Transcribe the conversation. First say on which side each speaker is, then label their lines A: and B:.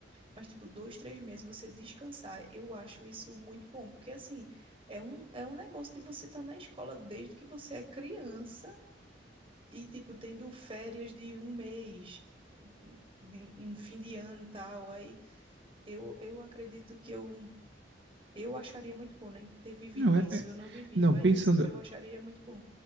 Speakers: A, on the right; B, on the right.
A: Mas, tipo, dois, três meses você descansar, eu acho isso muito bom. Porque, assim, é um, é um negócio de você estar na escola desde que você é criança e, tipo, tendo férias de um mês, de, em fim de ano e tal. Aí eu, eu acredito que eu, eu acharia muito bom, né? Ter vivido
B: Não, é,
A: isso.
B: é-
A: Eu não vivi,
B: não,
A: mas
B: pensando,
A: eu acharia muito bom.